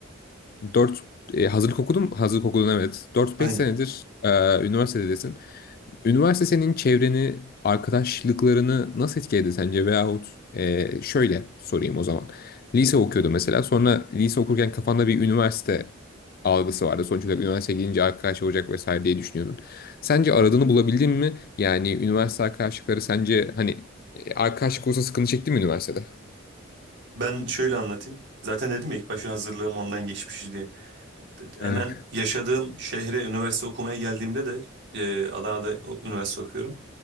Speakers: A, on the left; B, on the right.
A: Dört e, hazırlık okudum, hazırlık okudun evet. Dört
B: Aynen.
A: beş senedir e, üniversitedesin. Üniversite senin çevreni, arkadaşlıklarını nasıl etkiledi sence? Veyahut e, şöyle sorayım o zaman. Lise okuyordu mesela. Sonra lise okurken kafanda bir üniversite algısı vardı. Sonuç olarak üniversiteye gidince arkadaş olacak vesaire diye düşünüyordun. Sence aradığını bulabildin mi? Yani üniversite arkadaşlıkları sence hani e, arkadaşlık olsa sıkıntı çekti mi üniversitede?
B: Ben şöyle anlatayım. Zaten dedim ya ilk başta hazırlığım ondan geçmiş diye. hemen
A: Evet.
B: yaşadığım şehre üniversite okumaya geldiğimde de e, Adana'da o- üniversite okuyorum.